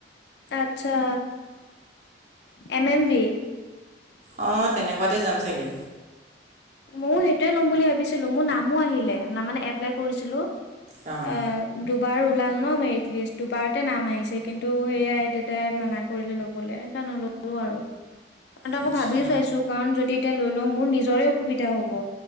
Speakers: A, on the left; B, on the right.
A: আচ্ছা এ এম ভি
B: অ তেনেকুৱাতে যাম চাগে
A: ময়ো সেইটোয়ে ল'ম বুলি ভাবিছিলো মোৰ নামো আহিলে ন মানে <unintelligible>
B: অঁ
A: দুবাৰ ওলাল ন মেৰিট লিষ্ট দুবাৰতে নাম আহিছে কিন্তু সেইয়াই দেউতাই মানা কৰিলে ল'বলৈ নললো আৰু কাৰ আকৌ
B: আচ্ছা
A: ভাবিও চাইছো কাৰণ যদি এতিয়া লৈ লওঁ মোৰ নিজৰে অসুবিধা হ'ব